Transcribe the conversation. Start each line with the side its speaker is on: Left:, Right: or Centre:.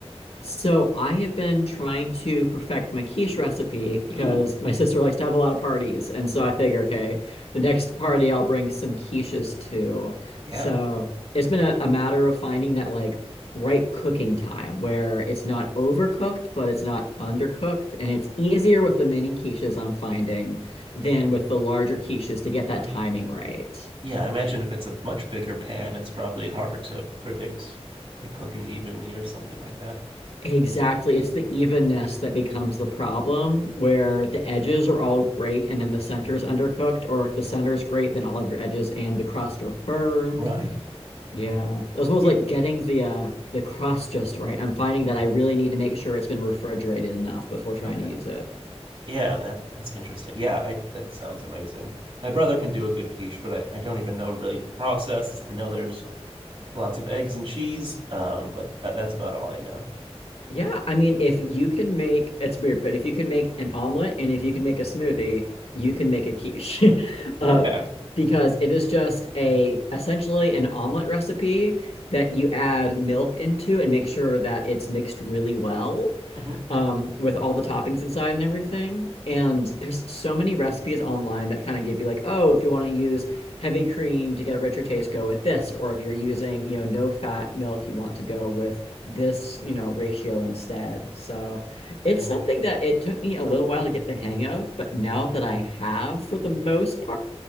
Left: So I have been trying to perfect my quiche recipe because
Right: Ooh,
Left: my sister likes to have a lot of parties. And so I figure, okay, the next party I'll bring some quiches to.
Right: yeah.
Left: So it's been a, a matter of finding that like right cooking time where it's not overcooked, but it's not undercooked. And it's easier with the mini quiches I'm finding than with the larger quiches to get that
Right: Okay.
Left: timing right.
Right: Yeah, I imagine if it's a much bigger pan, it's probably harder to predict it cooking evenly or something like that.
Left: Exactly. It's the evenness that becomes the problem where the edges are all great and then the center is undercooked, or if the center is great, then all of your edges and the crust are burned.
Right: Right.
Left: Yeah. As well as
Right: Yeah.
Left: like getting the uh the crust just right. I'm finding that
Right: Oh,
Left: I really need to make sure it's been refrigerated enough before trying
Right: Okay.
Left: to use it.
Right: Yeah, that that's interesting. Yeah, I that sounds amazing. My brother can do a good quiche, but I, I don't even know really the process. I know there's lots of eggs and cheese, um, but that, that's about all I know.
Left: Yeah, I mean, if you can make it's weird, but if you can make an omelet and if you can make a smoothie, you can make a quiche. <laughs> Uh,
Right: Okay.
Left: because it is just a essentially an omelet recipe that you add milk into and make sure that it's mixed really well,
Right: hmm
Left: um, with all the toppings inside and everything. And there's so many recipes online that kind of give you like, oh, if you want to use heavy cream to get a richer taste, go with this. Or if you're using, you know, no fat milk, you want to go with this, you know, ratio instead. So it's
Right: Okay.
Left: something that it took me a little while to get the hang of, but now that I have for the most part,